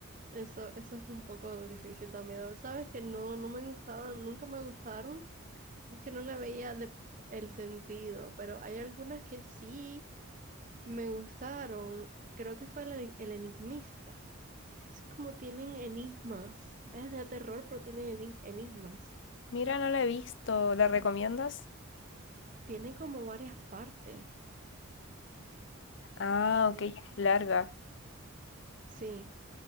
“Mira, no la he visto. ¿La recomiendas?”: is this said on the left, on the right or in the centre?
Left